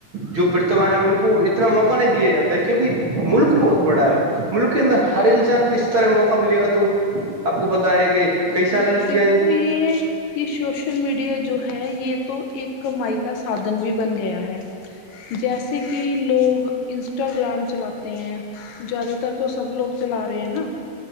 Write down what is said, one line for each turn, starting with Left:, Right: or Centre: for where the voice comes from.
Right: جو پرتھا ہے ان کو اتنا موقع نہیں دیا جاتا ہے کیونکہ ملک بہت بڑا ہے ملک کے اندر ہر انسان کو اس طرح موقع ملے گا تو آپ کو بتائے کہ کئی
Left: جی
Right: سالیں
Left: جی
Right: لگ
Left: دیکھو
Right: جائیں گی
Left: یہ یہ سوشل میڈیا جو ہے یہ تو ایک کمائی کا سادھن بھی بن گیا ہے جیسے کہ لوگ انسٹاگرام چلاتے ہیں زیادہ تر تو سب لوگ چلا رہے ہیں نا